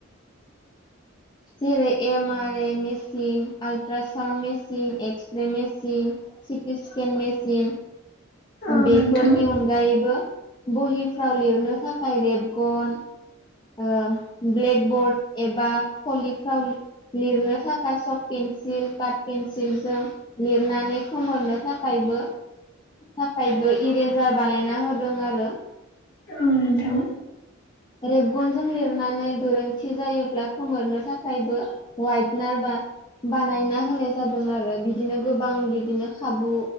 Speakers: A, on the left; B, on the left.
A: जेरै M R A machine ultrasound machine x-ray machine. CT scan machine.
B: औ
A: बेफोरनि
B: नोंथां
A: अनगायैबो बहिफ्राव लिरनो थाखाय रेबगन ओ ब्लेकबर्ड एबा कलिफ्राव लिरनो थाखाय सक पेन्सिल कार्ड पेन्सिलजों लिरनानै खोमोरनो थाखायबो थाखायबो इरेजार बानायना होदों आरो।
B: ओं नोंथां
A: रेबगनजों लिरनानै गोरोन्थि जायोब्ला खोमोरनो थाखायबो वायथनार बा बानायना होनाय जादों आरो बिदिनो गोबां बिदिनो खाबु